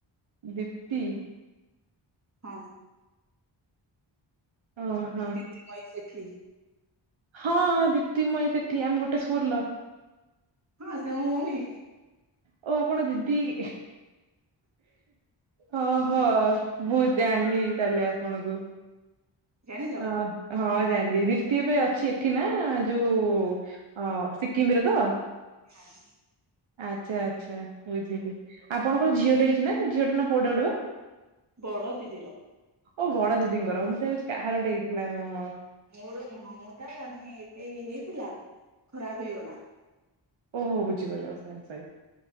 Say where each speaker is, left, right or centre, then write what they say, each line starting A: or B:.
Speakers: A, on the right; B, on the right.
A: ଦିପ୍ତି।
B: ହଁ।
A: ଓ ହଁ।
B: ଦୀପ୍ତି ମୟୀ ସେଠି।
A: ହଁଁ ଦୀପ୍ତି ମୟି ସେଠି ଆମେ ଗୋଟେ ସ୍କୁଲ ର।
B: ହଁ ସେ ମୋ ଭଉଣୀ।
A: ଓ ଆପଣ ଦିଦି ଓହୋ। ମୁ ଜାଣିଲି ତାହେଲେ ଆପଣଙ୍କୁ
B: ଜାଣିଲ
A: ହ। ହଁ ଜାଣିଲି ଦୀପ୍ତି ଏବେ ଅଛି ଏଠି ନା ଯୋଉ ଅ ସିକିମରେ ତ।
B: ହଁ।
A: ଆଚ୍ଛା ଆଚ୍ଛା, ବୁଝିଲି ଆପଣଙ୍କର ଝିଅଟେ ହେଇଛି ନା ଝିଅ ଟେ ନା ପୁଅଟେ ଗୋଟେ ପା।
B: ବଡ ଦିଦିର।
A: ଓ ବଡ ଦିଦିଙ୍କର ମୁଁ ସେୟା କହୁଛି କାହାର ଗୋଟେ ହେଇଥିଲା ହଁ ହଁ।
B: ମୋର ନୁହଁ ମୋ ଟା ମାନେ ଏବେ ହେଇଥିଲା ଖରାପ ହେଇଗଲା।
A: ଓ ହଉ ବୁଝିପାରିବ ସାଙ୍ଗ ସାଙ୍ଗ।